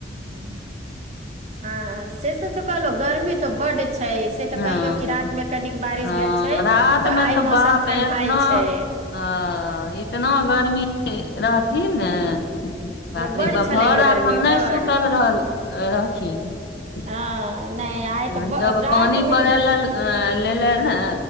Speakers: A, on the right; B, on the left.
A: ह आ श से तऽ कहल गर्मी तऽ बडे से तऽ
B: हँ
A: कहियौ रमे क बारिश
B: ओ
A: भेल छै
B: रात
A: तऽ
B: मे
A: आइ मौसम
B: बाप
A: ठणढा
B: एतना
A: छै
B: अ इतना गर्मी रहथिन ने बाप रे
A: बड्ड
B: बाप
A: छलैया
B: घर रात
A: गर्मी
B: हम नहि
A: बड्ड
B: सुतल रह रहथिन
A: हँ नहि आइ तऽ ब-
B: जब
A: रातिमे
B: पानि पड़ै
A: तऽ
B: लए लेले ने